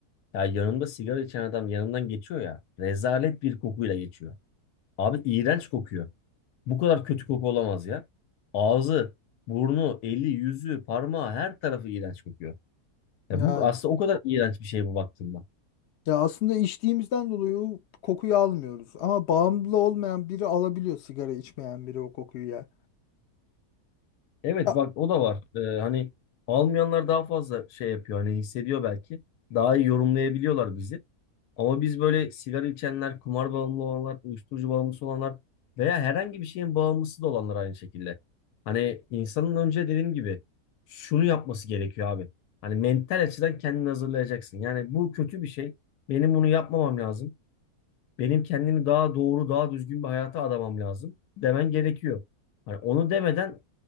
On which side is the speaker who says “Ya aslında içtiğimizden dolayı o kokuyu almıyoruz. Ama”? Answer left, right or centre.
Left